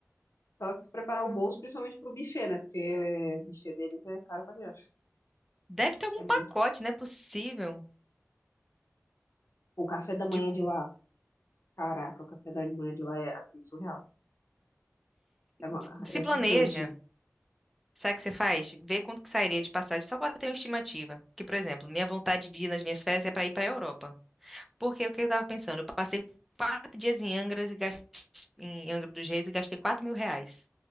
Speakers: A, on the left; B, in the centre.
A: Só de se preparar o bolso, principalmente pro buffet, né? Porque o buffet deles é caro pra diacho.
B: Deve ter algum
A: É muito.
B: pacote, né possível.
A: O café da manhã
B: De, co-
A: de lá, caraca, o café da manhã de lá é, assim, surreal. É, uma-
B: de- se
A: era
B: planeja.
A: gigante.
B: Sabe o que você faz? Vê quanto que sairia de passagem só para ter uma estimativa. Que, por exemplo, minha vontade de ir nas minhas férias é para ir para a Europa. Porque o que eu estava pensando? Eu passei quatro dias em Angra e em Angra dos Reis e gastei quatro mil reais.